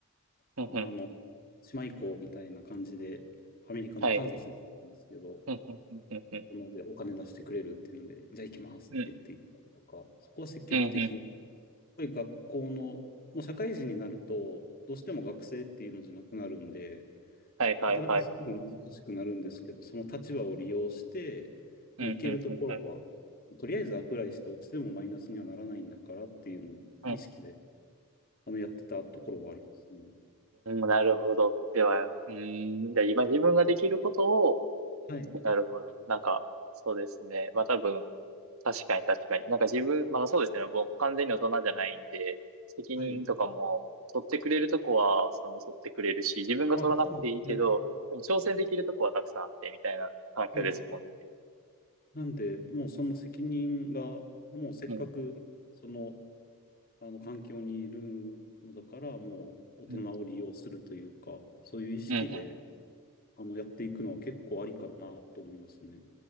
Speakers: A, on the right; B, on the left.
A: うん、
B: あの、
A: うん。
B: 島行こうみたいな感じで、アメリカのカンザスに行ったんですけど、
A: はい。うん、うん、うん、うん、うん。
B: このでお金出してくれるっていうんで、じゃあ行きますって言って行ったりとか、
A: うん、
B: そこは積極的に、
A: うん、うん。
B: やっぱり学校の、もう社会人になると、どうしても学生っていうのじゃなくなるんで、
A: はい、はい、
B: なかなかすぐ難しくなるんですけど、
A: はい。
B: その立場を利用して、もう行けるところは、
A: うんうんうんうん
B: とりあえずアプライして落ちてもマイナスにはならないんだからっていうのを意識で、
A: うん
B: あの、やってたところはありますね。
A: なるほど。では、うーん、じゃあ今自分ができることを、
B: はい。
A: なるほど。なんか、そうですね。まあ多分、確かに確かに。なんか自分、まあそうですね。もう完全に大人じゃないんで、責任とかも、
B: はい。
A: 取ってくれるとこは、その取ってくれるし、自分が取らなくていいけど、
B: あ、そう。はい。
A: でも挑戦できるとこはたくさんあって、みたいな環境ですもんね。
B: はい。なんで、もうその責任が、もうせっかく、
A: うん。
B: その、あの環境にいるのだから、もう大人を利用するというか、
A: うん。
B: そういう意識で、
A: うん。
B: あの、やっていくのは結構ありかなと思いますね。